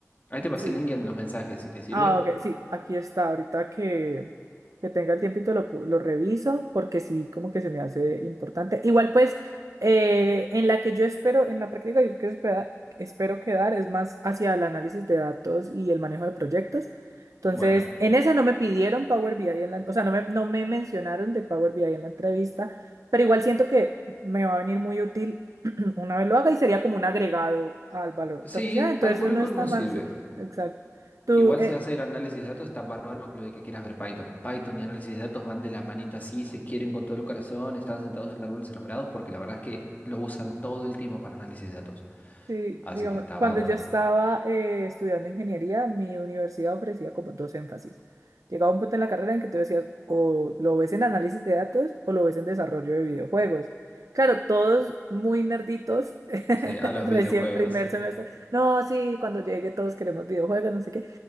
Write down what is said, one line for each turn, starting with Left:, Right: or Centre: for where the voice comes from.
Left: Ahí te pasé
Right: Sí.
Left: el link en los mensajes, si te sirve.
Right: Ah, ok, sí, aquí está. Ahorita que, que tenga el tiempito lo, pu- lo reviso porque sí, como que se me hace importante. Igual pues, eh, en la que yo espero, en la práctica yo que espera- espero quedar es más hacia el análisis de datos y el manejo de proyectos. Entonces,
Left: Bueno,
Right: en esa no me pidieron Power BI, en la, o sea, no me, no me mencionaron de Power BI en la entrevista, pero igual siento que me va a venir muy útil <clears throat> una vez lo haga y sería como un agregado al valor
Left: sí,
Right: profesional. Entonces,
Left: para el currículum
Right: no está mal,
Left: sirve.
Right: sí, exacto. Tú,
Left: Igual
Right: eh,
Left: si vas a ir a análisis de datos, está bárbaro lo de que quieras ver Python. Python y análisis de datos van de la manito así, se quieren con todo el corazón, están sentados en el árbol de los enamorados porque la verdad es que lo usan todo el tiempo para análisis de datos.
Right: Sí,
Left: Así
Right: digamos,
Left: que está
Right: cuando
Left: bárbaro.
Right: yo estaba eh, estudiando ingeniería, mi universidad ofrecía como dos énfasis. Llegaba un punto en la carrera en que tú decías, o lo ves en análisis de datos o lo ves en desarrollo de videojuegos. Claro, todos muy nerditos, <laughs>
Left: Sí, a los
Right: recién
Left: videojuegos.
Right: primer semestre. No, sí, cuando llegue todos queremos videojuegos, no sé qué.